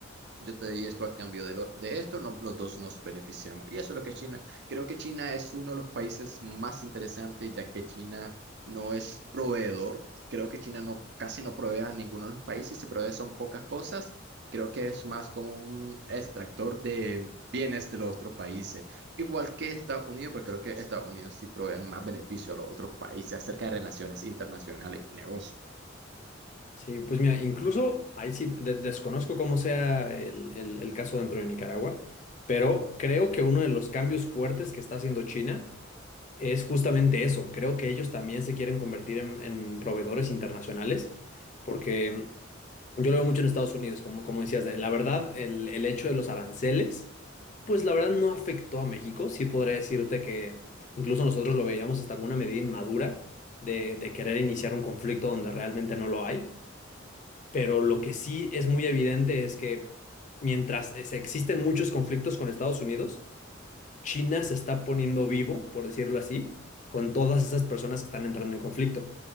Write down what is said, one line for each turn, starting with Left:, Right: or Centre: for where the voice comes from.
Right: Yo te di esto a cambio de, lo- de esto, no, los dos nos beneficiamos. Y eso es lo que China, creo que China es uno de los países más interesantes, ya que China no es proveedor. Creo que China no, casi no provee a ninguno de los países, si provee son pocas cosas. Creo que es más como un extractor de bienes de los otros países. Igual que Estados Unidos, pero creo que Estados Unidos sí provee más beneficio a los otros países acerca de relaciones internacionales y negocios.
Left: Sí, pues mira, incluso ahí sí de- desconozco cómo sea el, el- el caso dentro de Nicaragua, pero creo que uno de los cambios fuertes que está haciendo China es justamente eso. Creo que ellos también se quieren convertir en, en proveedores internacionales, porque Yo lo veo mucho en Estados Unidos, como, como decías, de- la verdad, el, el hecho de los aranceles, pues la verdad no afectó a México. Sí podría decirte que incluso nosotros lo veíamos hasta como una medida inmadura de, de querer iniciar un conflicto donde realmente no lo hay. Pero lo que sí es muy evidente es que mientras es- existen muchos conflictos con Estados Unidos, China se está poniendo vivo, por decirlo así, con todas esas personas que están entrando en conflicto.